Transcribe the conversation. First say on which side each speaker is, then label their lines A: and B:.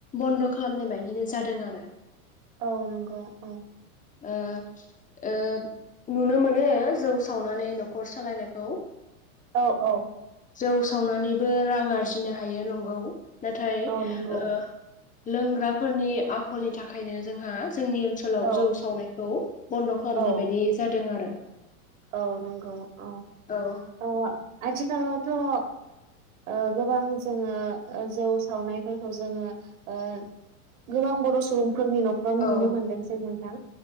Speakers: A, on the left; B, on the right.
A: बन्द खालामनाय बायदिनो जादों आरो।
B: औ नंगौ, औ।
A: ओ ओ नुनो मोनो जौ सावनानै नखर सालायनायखौ।
B: औ औ।
A: जौ सावनानैबो रां आरजिनो हायो, नंगौ। नाथाय
B: औ नंगौ
A: ओ लोंग्राफोरनि आखलनि थाखायनो जोंहा जोंनि ओनसोलाव
B: औ
A: जौ सावनायखौ बन्द खालामनाय
B: औ
A: बायदि जादों आरो
B: औ नंगौ औ
A: औ
B: औ आथि खालावथ' ओ ओ गोबां जोङो ओ जौ सावनायफोरखौ जोङो ओ गोबां बर' सुबुं फोरनि नखरावनो
A: औ
B: नुनो मोनदों जेनेबा